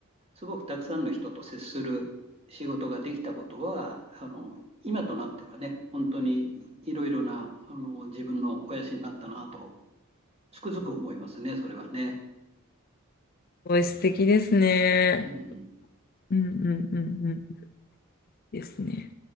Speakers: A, on the right; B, on the left.
A: すごくたくさんの人と接する仕事ができたことは、あの、今となってはね、本当にいろいろな、あの、自分の肥やしになったなとつくづく思いますね、それはね。
B: ごい素敵ですね。
A: うん。
B: うんうんうんうん。いいですね。